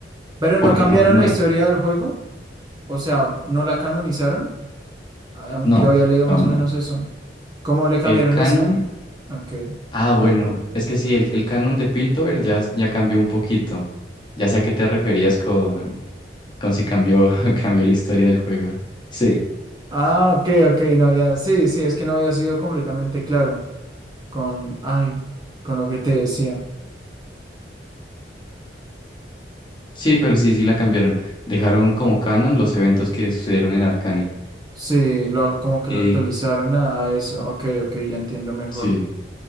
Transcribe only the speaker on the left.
porque
no, no
hay,
no,
no,
no.
El canon,
ah, bueno, es que sí, el, el canon de Piltover ya, ya cambió un poquito. Ya sé a qué te referías con, con si cambió, <laughs> cambió la historia del juego. Sí,
sí, pero sí, sí la cambiaron. Dejaron como canon los eventos que sucedieron en Arcane.
Eh,
sí.